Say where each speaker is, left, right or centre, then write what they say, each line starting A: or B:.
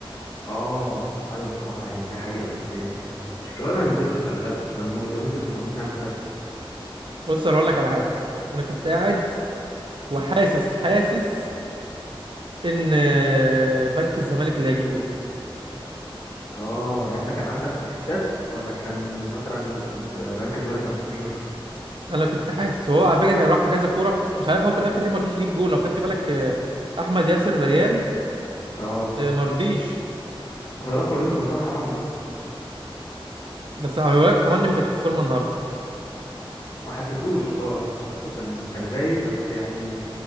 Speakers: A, on the left (about 40°); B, on the right (about 60°).
A: آه أيوه بصراحة يعني دي حقيقة بس شيكابالا ما ينزلش خلي بالك كان مو- لو ينزل كان ممكن يعمل فرق
B: بص انا اقول لك على حاجه انا كنت قاعد وحاسس حاسس ان آه، بنك الزمالك اللي هيجيب جول
A: آه يعني أنت كان عندك إحساس ولا كان مثلا بنك الزمالك كان خطير؟
B: انا كنت حاسس وهو على فكره كان راح في كذا كوره مش عارف هو في الاخر ليه ما رضيش يجيب جول لو خدت بالك آه، احمد ياسر ريان
A: آه
B: آه، ما رضيش
A: وخلي بالك ما رضيش يبص لحماني أصلا
B: بس هقولك حماني ما كانش في فورمه النهارده
A: ما حسيتوش اه حسيته كان كان غايب بس يعني